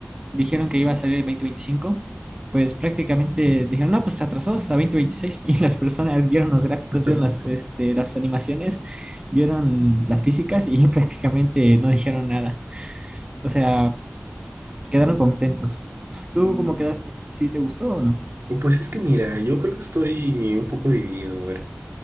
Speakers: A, on the right (about 25°); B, on the right (about 80°).
A: dijeron que iba a salir el 2025, pues prácticamente dijeron, no, pues se atrasó hasta 2026 <laughs> y las personas vieron los gráficos,
B: <laughs>
A: vieron las, este, las animaciones, vieron las físicas y <laughs> prácticamente no dijeron nada. O sea, quedaron contentos. ¿Tú cómo quedaste? ¿Sí te gustó o no?
B: Pues es que mira, yo creo que estoy un poco dividido. A ver,